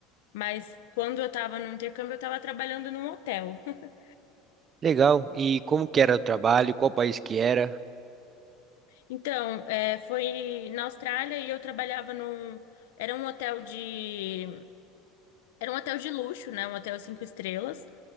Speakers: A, on the left; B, on the right.
A: Mas quando eu estava no intercâmbio, eu estava trabalhando num hotel. <laughs>
B: Legal. E como que era o trabalho? Qual país que era?
A: Então, é, foi na Austrália e eu trabalhava num. Era um hotel de. Era um hotel de luxo, né? Um hotel cinco estrelas.